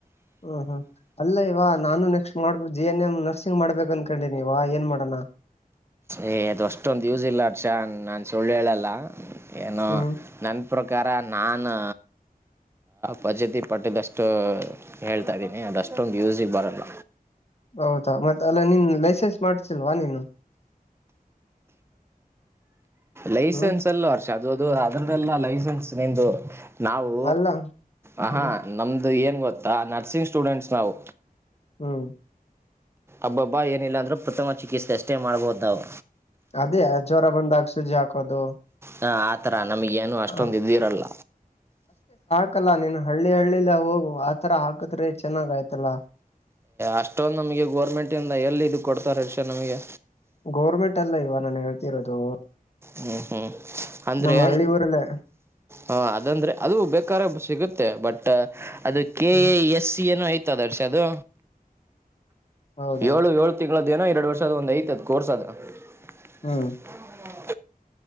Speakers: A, on the left (about 40°); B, on the right (about 15°).
A: ಹ್ಮ್ ಹ್ಮ್ ಅಲ್ಲ ಇವ ನಾನು ನೆಕ್ಸ್ಟ್ ಮಾಡ್ಬ ಜಿ ಎನ್ ಎಮ್ ನರ್ಸಿಂಗ್ ಮಾಡ್ಬೇಕ ಅನ್ಕೊಂಡೀನಿ ಇವ ಏನ್ ಮಾಡಣ
B: ಏ ಅದು ಅಷ್ಟೊಂದು್ ಯೂಸ್ ಇಲ್ಲ ಅರ್ಷಾನ್ ನಾನ್ ಸುಳ್ಳು ಹೇಳಲ್ಲ ಏನೋ
A: ಹ್ಮ್
B: ನನ್ನ ಅ ಪ್ರಕಾರ ನಾನು ಪ್ಧಿತಿ ಪಟ್ಟಿದಷ್ಟು ಹೇಳ್ತಾಯ್ದೀನಿ ಅದಷ್ಟೊಂದು ಯೂಸಿಗೆ ಬರಲ್ಲ
A: ಹೌದಾ ಮತ್ತೆ ಅಲ್ಲ ನಿನ್ ಲೈಸೆನ್ಸ್ ಮಾಡ್ಸಲ್ವಾ ನೀನು <inaudible>
B: ಲೈಸೆನ್ಸ್
A: ಹ್ಮ್
B: ಅಲ್ಲ ಅರ್ಷ ಅದು ಅದು ಅದನ್ನಲ್ಲ ಲೈಸೆನ್ಸ್ ನಿಂದು ನಾವು
A: ಅಲ್ಲ
B: ಹಹಾ
A: ಹ್ಮ್
B: ನಮ್ದು ಏನು ಗತ್ತಾ ನರ್ಸಿಂಗ್ ಸ್ಟೂಡೆಂಟ್ಸ್ ನಾವು
A: ಹ್ಮ್
B: ಅಬ್ಬಬ್ಬಾ ಏನಿಲ್ಲಾಂದ್ರೂ ಪ್ರಥಮ ಚಿಕಿತ್ಸೆೆಯಷ್ಟೇ ಮಾಡ್ಬಹದ ನಾವು
A: ಅದೇ ಜ್ವರ ಬಂದಾಗಸುಜಿ ಹಾಕೋದು
B: ಹಾ ಆತರ ನಮಗ ಏನು ಅಷ್ಟೊಂದ
A: ಹ
B: ಇದಿರಲ್ಲ
A: ಹಕಲ್ಲ ನೀನು ಹಳ್ಳಿ ಹಳ್ಳಿಲಿ ಹೋಗು ಆತರ ಹಾಕದ್ರೆ ಚೆನ್ನಾಗ ಆಯ್ತಲ್ಲಾ
B: ಅಷ್ಟೊಂದು ನಮ್ಗೆ ಗೋರ್ಮೆಂಟ್ ಇಂದ ಎಲ್ಲಿ ಇದ ಕೊಡ್ತಾರೆ ರಕ್ಷಾ ನಮಗೆ
A: ಗೌರ್ಮೆಂಟ್ ಅಲ್ಲ ಇವ ನಾನು ಹೇಳ್ತಿರೋದು
B: ಹ್ಮ್ ಹ್ಮ್ ಅಂದ್ರೆ
A: ನಮ್ ಹಳ್ಳಿ ಊರಲ್ಲೇ
B: ಹ ಅದಂದ್ರೆ ಅದು ಬೇಕಾದ ಸಿಗುತ್ತೆ ಬಟ್ ಅದು K
A: hmm
B: A S C ಏನ್ನು ಐ ದರ್ಶ ಅದು
A: ಹೌದಾ
B: ಏಳು ಏಳ ತಿ ೇನೋ ಎರಡು ವರ್ಷದ ಒ್ ಐತದ ಕೋರ್ಸ್ ಆದದು ಹ್ಮ
A: ಹ್ಮ್